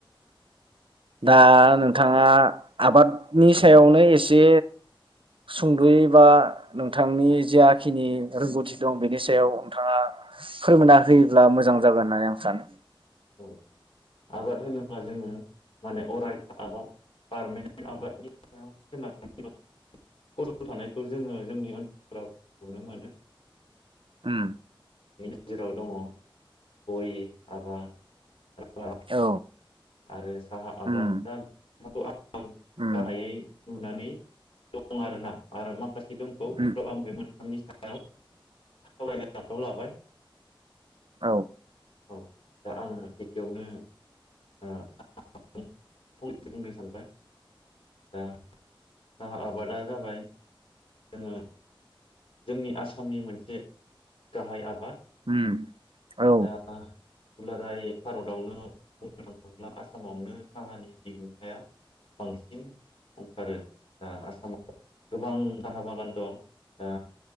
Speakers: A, on the right; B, on the left.
A: दा नोंथाङा आबादनि सायावनो एसे सुंद'यै बा नोंथांनि जाखिनि रोंगौथि दं बेनि सायाव नोंथाङा फोरमायना होयोब्ला मोजां जागोन होननानै आं सानो
B: औ आबाद होनोब्ला जोङो माने अरायथा आबाद पारमेन्ट आबादनि सायाव सोनारनानै <unintelligible> थानायखौ जोङो जोंनि ओनसोलफ्राव नुनो मोनो
A: उम
B: गेजेराव दङ गय आबाद <unintelligible>
A: औ
B: आरो साहा आबाद
A: उम
B: आ
A: उम
B: गाहायै नुनानै दं आरोना आरो माखासे दंबावो
A: उम
B: थ आं बे मोन थांनि सायाव सावरायनो आखायाव लाबाय
A: औ
B: औ दा आङो एसेयावनो सा <unintelligible> फंनैसो बुंनो सानबाय दा आ आबादा जाबाय जोङो जोंनि आसामनि मोनसे गाहाय आबाद
A: उम औ
B: दा दुलाराय भारतआवनो बुंनो थाङोब्ला आसामावनो साहानि दिहुनथाया बांसिन अंखारो दा आसामाव गोबां साहा बागान दं दा